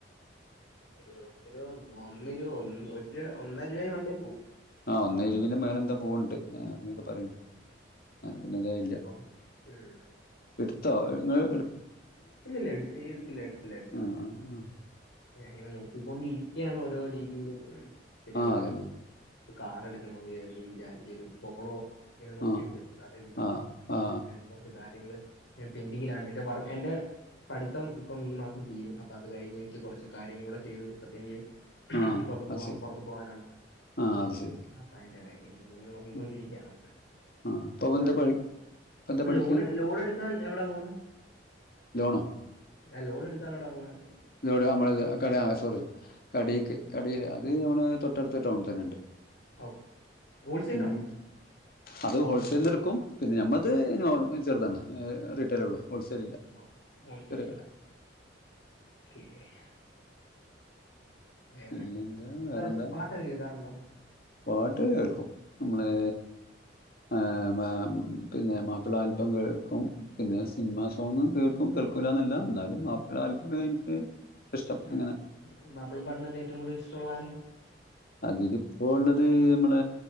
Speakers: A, on the left (about 75°); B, on the left (about 55°).
A: ഇരുപതോ ഒന്നരോ ഒന്നി ഒര് ഒ ന്നരിം ഒന്നരര രണ്ടിൽ പോവും
B: ആഹ് ഒന്നേ ഇരുവീന്റെ മേലെന്താ പോവ്ണ്ട് ആഹ് അങ്ങനൊക്കെ പറയണ്ട് അങ്ങന പിന്നെ ഇതായില
A: അപ്പം ഉം.
B: ഇട്ത്തോ ഇങ്ങള്
A: ഇല്ല ഇല്ല ഇടുതീലാ ഇല്ല എടുത്തില്ല
B: ആ ആ
A: ഞാനിങ്ങനെ നോക്കിക്കൊണ്ടിരിക്കാണ് ഓരോ രീതിയിലും ഒരു
B: ആ അതന്നെ
A: ഒരു കാറ് ഇടക്കണോന്ന് വിചാരിരച്ച് ഒരു പോളോ ഇങ്ങനെ നോക്കിവെച്ച്
B: ആ
A: അതെടുക്കണം
B: ആ
A: ഇങ്ങനെയൊക്കെ
B: ആ
A: കുറച്ച് കാര്യങ്ങള് പെന്ഡിങ്ങിലാണ് എന്റെ വ എന്റെ വർക് പഠിത്തം ഇപ്പം ഈ മാസം തീരും അപ്പൊ അത് കഴിഞ്ഞ് എനിക്ക് കുറച്ച് കാര്യങ്ങള് കൂടെ ചെയ്ത് തീർത്ത് എനിക്ക്
B: ആ
A: പുറത്ത പോവാ
B: അത് ശരി
A: പൊറത്തു പോവാനാണ്
B: ആ അത് ശരി
A: അപ്പൊ അയിന്റെ കാര്യങ്ങള് നോക്കിക്കൊണ്ടിരിക്കാണ്
B: ആ ആ ഇപ്പൊ
A: അപ്പ
B: എന്താ പഠി ഇപ്പൊ എന്താ പഠിക്ക്
A: ലോഡ് ലോഡടുക്ക ഇപ്പൊ എവിടെയാ പോവുന്നെ
B: ലോണോ
A: ഞാൻ ലോൺ എടുക്കനാടാ പോവുന്നത്
B: ഇതോടെ നമ്മള്ത് കട ആസ്ദിച്ചു കടക്ക് കടയില് അത് നമ്മള് തൊട്ടടുത്ത് ടൗണ തന്നെയുണ്ട്
A: ഓ ഹോൾസെയിലാണോ
B: ഉം അത് ഹോൾസെയിലിൽ എടുക്കും പിന്നെ നമ്മത് നോർമ ചെറുതാണ് റീറ്റെയിൽ ഉള്ളൂ ഹോൾസെൽ ഇല്ല
A: <unintelligible>
B: ചെറിയ കട
A: വേറെ
B: പിന്നെന്താ വേറെന്താ
A: പാട്ടൊക്കെ കേൾക്കാറുണ്ടോ
B: പാട്ട് കേൾക്കും നമ്മളെ ആഹ് പിന്നെ മാപ്പിള ആൽബം കേൾക്കും പിന്നെ സിനിമാ സോങ്ങും കേൾക്കും കേൾക്കില്ല എന്നല്ല എന്നാലും മാപ്പിള ആൽബമേ എനിക്ക് ഇഷ്ടം
A: ഉം
B: അങ്ങനെ
A: മാപ്പിള പാട്ടിനകത്ത് ഏറ്റവും കൂടുതൽ ഇഷ്ടമുള്ള ആരാണ്
B: അതില് ഇപ്പോ ഉള്ളത് നമ്മള